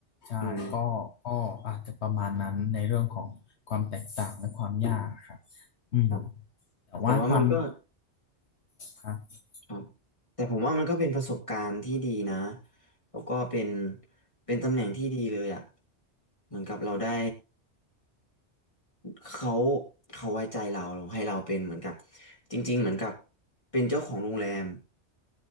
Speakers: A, on the left; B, on the left.
A: ใช่ก็ก็อาจจะประมาณนั้นในเรื่องของความแตกต่างและความยากครับ
B: อืม
A: อืม
B: ครับ
A: แต่ว่าความ
B: แต่ว่ามันก็
A: ครับ
B: ครับแต่ผมว่ามันก็เป็นประสบการณ์ที่ดีนะแล้วก็เป็นเป็นตำแหน่งที่ดีเลยอ่ะเหมือนกับเราได้เขาเขาไว้ใจเราเราให้เราเป็นเหมือนกับจริงๆเหมือนกับเป็นเจ้าของโรงแรม